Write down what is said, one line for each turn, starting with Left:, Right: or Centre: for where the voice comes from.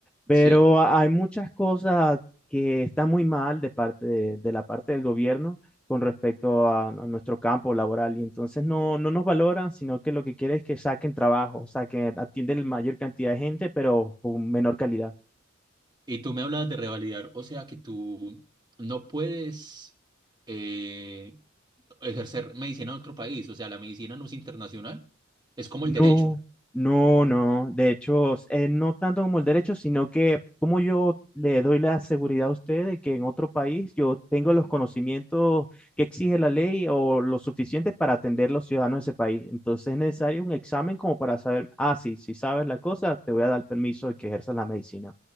Centre: pero
Right: Sí.
Centre: hay muchas cosas que están muy mal de parte de, de la parte del gobierno con respecto a, a nuestro campo laboral y entonces no, no nos valoran, sino que lo que quiere es que saquen trabajo, o sea, que atienden la mayor cantidad de gente, pero con menor calidad.
Right: Y tú me hablas de revalidar, o sea, que tú no puedes eh, ejercer medicina en otro país. O sea, la medicina no es internacional, es como
Centre: No,
Right: el derecho.
Centre: no, no. De hecho, s- eh, no tanto como el derecho, sino que como yo le doy la seguridad a usted de que en otro país yo tengo los conocimientos que exige la ley o lo suficientes para atender los ciudadanos de ese país. Entonces es necesario un examen como para saber, ah, sí, si sabes la cosa, te voy a dar permiso de que ejerzas la medicina.